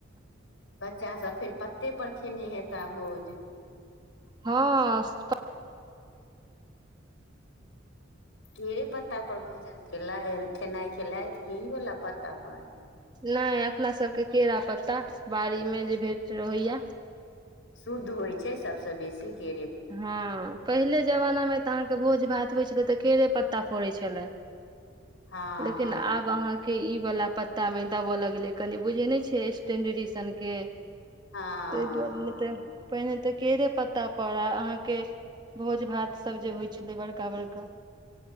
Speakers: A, on the left; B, on the right.
A: बच्चा सभ फेर पत्ते पर खेने हेताह भोज
B: हँ स्प
A: के पत्ता पर भोजन केल खेनाइ खेलय ई वला पत्ता पर
B: नहि अपना सबके केला पत्ता बाड़ी मे जे भेट रहैया
A: शुद्ध होइत छै सभसँ बेसी जे
B: हँ पहिले जमानामे तऽ अहाँके भोज भात होइत छलै तऽ केड़े पत्ता पर होइत छलै
A: हँ
B: लेकिन
A: हँ
B: आब अहाँ के ई वला पत्ता में देब लगलै कनि बुझय नहि छियै स्टेंडरी सनके
A: हँ
B: त दुआरे
A: हँ
B: त पहिने तऽ के देे पत्ता परा अहाँके भोज भात सब जे होइ छलै बड़का बड़का